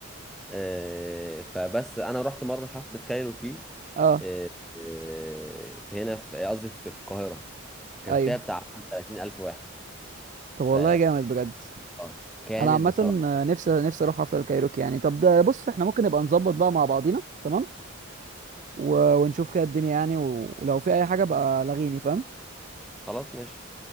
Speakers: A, in the centre; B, on the right (about 35°).
A: آه، فبس انا رحت مره حفله كايروكي
B: اه
A: آه، آه، في هنا في قصدي في في القاهره كان
B: ايوه
A: فيها بتاع 30 الف واحد
B: طب والله
A: ف
B: جامد بجد
A: آه، كانت
B: انا عامه
A: بصراحه
B: نفسي نفسي اروح حفله الكايروكي يعني طب ده بص احنا ممكن نبقى نظبط بقى مع بعضينا تمام و... ونشوف كده الدنيا يعني و... ولو في اي حاجه بقى لغيني فاهم
A: خلاص ماشي